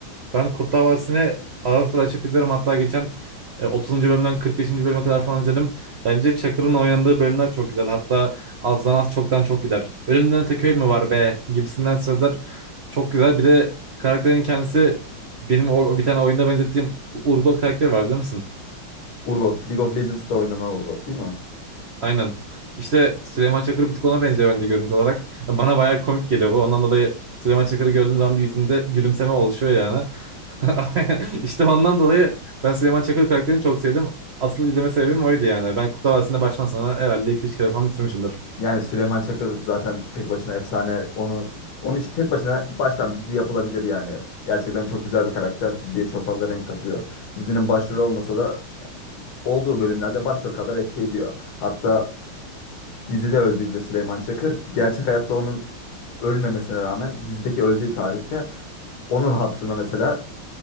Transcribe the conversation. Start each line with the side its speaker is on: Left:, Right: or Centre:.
Right: Ben Kurtlar Vadisi'ni ara sıra açıp izlerim. Hatta geçen e, 30. bölümden 45. bölüme kadar falan izledim. Bence Çakır'ın oynandığı bölümler çok güzel. Hatta azdan az çoktan çok gider. Ölümden öte köy mü var be gibisinden sözler çok güzel. Bir de karakterin kendisi benim o bir tane oyunda benzettiğim Urgot karakteri var bilir misin?
Left: Urgot, League of Legends'ta oynanan Urgot değil mi?
Right: Aynen. İşte Süleyman Çakır bir tık ona benziyor bence görüntü olarak. Yani Bana bayağı komik geliyor bu. Ondan dolayı Süleyman Çakır'ı gördüğüm zaman bir yüzümde gülümseme oluşuyor yani. <laughs> İşte ondan dolayı ben Süleyman Çakır karakterini çok sevdim. Asıl izleme sebebim oydu yani. Ben Kurtlar Vadisi'nde baştan sona herhalde 2-3 kere falan bitirmişimdir.
Left: Yani Süleyman Çakır zaten tek başına efsane. Onu onun için tek başına baştan dizi yapılabilir yani. Gerçekten çok güzel bir karakter. Diziye çok fazla renk katıyor. Dizinin başrolü olmasa da olduğu bölümlerde başrol kadar etki ediyor. Hatta dizide öldüğünde Süleyman Çakır gerçek hayatta onun ölmemesine rağmen dizideki öldüğü tarihte onun hatırına mesela